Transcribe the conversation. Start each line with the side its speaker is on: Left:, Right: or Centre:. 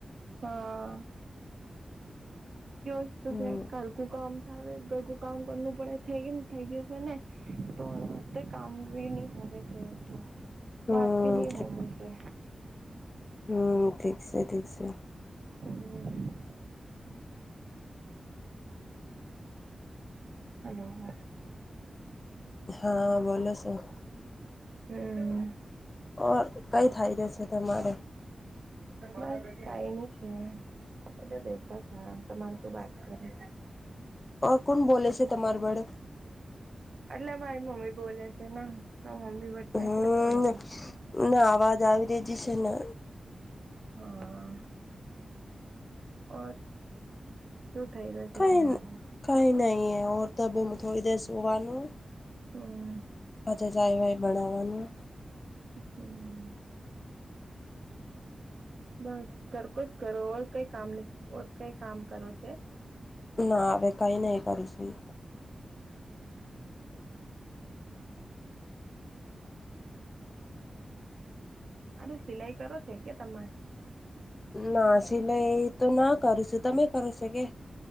Right: હા. વસ્તુ
Left: હમ
Right: છે ઘરકું કામ છે ઘરકું કામ કરું પડે થ કેમ થઇ ગયું છે ને. તો વાસ્તે કામ ભ નહી હોવે છે એ તો વાત
Left: હમ
Right: ભ નહી હોવે છે.
Left: હમ્મ ઠીક છે ઠીક છે.
Right: હમ્મ હલો.
Left: હા બોલો શું
Right: હમ્મ
Left: ઓર કઈ થાય રયા છે તમારે.
Right: બસ કઈ ની છે એ બેઠા છા તમારે શું વાત કરે છે.
Left: અ કોણ બોલે છે તમાર વડે
Right: એટલે અ મારી મમ્મી બોલે છે મમ્મી વતને
Left: હમ
Right: છે કે તો બોલે છે.
Left: ના અવાજ આવી રીજ છે ને
Right: હા ઓર શું થઈ રહ્યું છે
Left: કઈ
Right: તમારે.
Left: કઈ નહીં હતું થોડી દેર સુવાનું.
Right: હમ
Left: ચાય વાઈ બનાાવવાનું.
Right: હમ્મ બસ ઘરકો જ કરો ઓર કઈ કામ ન ઓર કઈ હુંનહીં કામ કરો છે.
Left: ના વે કઈ નહી કરુંસી.
Right: ને સિલાઈ કરો છે કે તમે.
Left: ના સિલાઈ તો ના કરું છું તમે કરો છો કે.